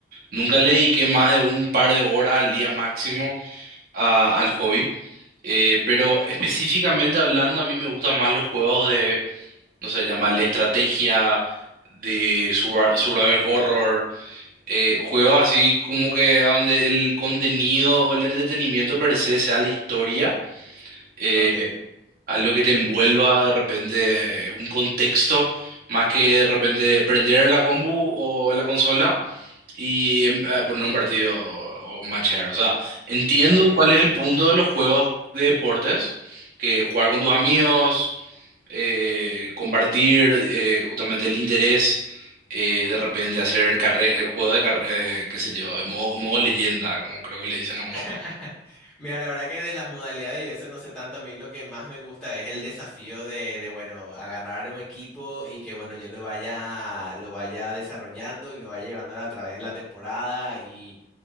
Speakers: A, on the right (about 50°); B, in the centre.
A: Nunca le dediqué más de un par de horas al día máximo a- al hobby, eh, pero específicamente hablando, a mí me gustan más los juegos de, no sé, llamarle estrategia, de survi- survival horror, eh, juegos así como que a donde el contenido o el entretenimiento per se sea la historia, eh,
B: Ok,
A: algo que te envuelva de repente eh, un contexto, más que de repente prender la compu o la consola y em- a poner un partido o matchear. O sea, entiendo
B: ok.
A: cuál es el punto de los juegos de deportes, que jugar con tus amigos, eh, compartir eh, justamente el interés, eh, de repente hacer carre- eh, juegos de carrera, qué sé yo, de modo, modo leyenda, como creo que le dicen a algunos
B: <laughs>
A: juegos.
B: Mira, la verdad que de las modalidades y eso no sé tanto, a mí lo que más me gusta es el desafío de, de, bueno, agarrar un equipo y que, bueno, yo lo vaya, lo vaya desarrollando y lo vaya llevando a través de la temporada y